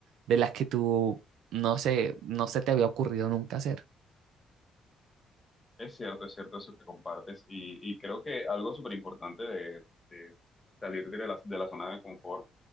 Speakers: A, on the right; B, on the left.
A: de las que tú no sé, no se te había ocurrido nunca hacer.
B: Es cierto, es cierto eso que compartes y, y creo que algo súper importante de, de salir de la, de la zona de confort